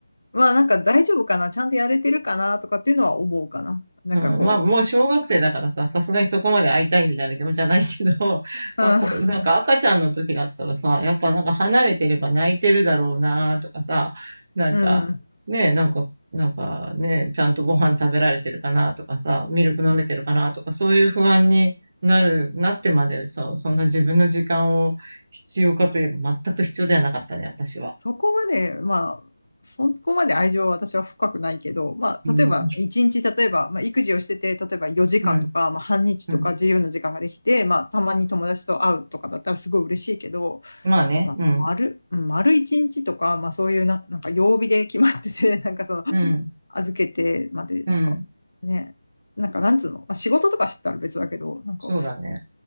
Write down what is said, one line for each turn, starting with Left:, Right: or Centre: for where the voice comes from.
Left: まあなんか大丈夫かな、ちゃんとやれてるかなとかっていうのは思うかな。なんかこ
Right: うん、まあ、もう小学生だからさ、さすがにそこまで会いたいみたいな気持ちじゃないけど、<laughs>
Left: う、
Right: まあ、こなんか赤ちゃんの時だったらさ、
Left: うん、
Right: やっぱなんか離れてれば泣いてるだろうなとかさ、なんか、
Left: うん
Right: ねえ、なんか、なんかね、ちゃんとご飯食べられてるかなとかさ、ミルク飲めてるかなとか、そういう不安になる、なってまでさ、そんな自分の時間を必要かといえば全く必要ではなかったね、私は。
Left: そこまで、まあ、そこまで愛情は私は深くないけど、まあ、
Right: うん、
Left: 例えば、一日、例えば、まあ、育児をしてて、例えば4時間とか、
Right: うん、
Left: まあ、半日とか自由な時間ができて、
Right: うん。
Left: まあ、たまに友達と会うとかだったらすごい嬉しいけど、
Right: まあね、
Left: まあ、
Right: うん、
Left: 丸、丸一日とか、まあ、そういうな、なんか曜日で決まってて、<laughs> なんかその、
Right: うん、
Left: 預けてまで、なんかね、
Right: うん。
Left: なんかなんつうの、まあ、仕事とかしてたら別だけど、なんか、
Right: そうだね。